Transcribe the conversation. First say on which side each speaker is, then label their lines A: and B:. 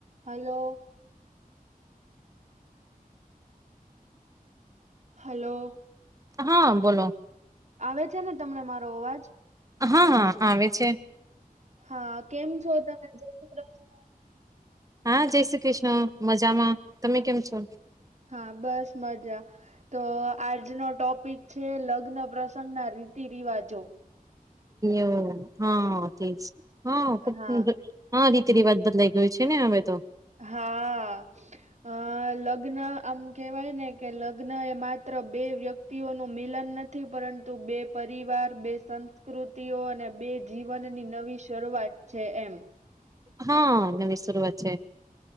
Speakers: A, on the right; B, on the right.
A: હલો હલો
B: હા બોલો
A: આવે છે ને તમને મારો અવાજ?
B: હા હા આવે છે.
A: હા કેમ છો તમે જય શ્રી કૃષ્ણ
B: હા જય શ્રી કૃષ્ણ મજામાં તમે કેમ છો
A: હા બસ મજા. તો આજનો ટોપિક છે લગ્ન પ્રશન સંગના રીતિ રિવાજો
B: એવ હા તે જ હા ખબ
A: હા
B: <unintelligible> હા રીતિ રિવાજ બદલાઈ ગયો છે ને હવે તો.
A: હા અ લગ્ન આમ કેવાય ને કે લગ્ન એ માત્ર બે વ્યક્તિ નું મિલન નથી પરંતુ બે પરિવાર, બે સંસ્કૃતિઓ અને બે જીવનની નવી શરૂઆત છે. એમ
B: હા નવી શરૂઆત છે.